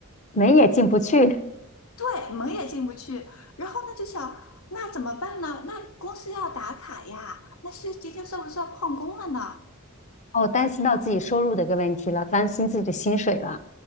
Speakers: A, on the left; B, on the left.
A: 门也进不去。
B: 对，门也进不去。然后呢，就想那怎么办呢？那公司要打卡呀，那是今天算不算旷工了呢？
A: 哦，担心到自己收入的一个问题了，担心自己的薪水了。